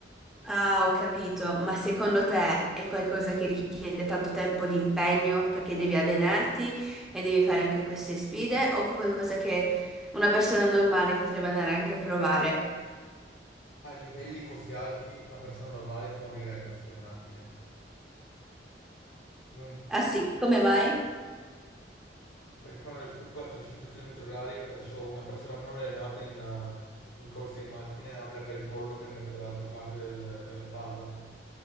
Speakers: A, in the centre; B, on the left.
A: Ah, ho capito, ma secondo te è qualcosa che richiede tanto tempo di impegno perché devi allenarti e devi fare anche queste sfide o che è qualcosa che una persona normale potrebbe andare anche a provare?
B: a livelli così alti una persona normale morirebbe su quelle macchine. Non-
A: Ah sì, come mai?
B: Perché fanno le curve a 300 km orari, perciò una persona non allenata in, eh, in corsi di macchine avrebbe il collo che andrebbe dall'altra parte del- della spalla.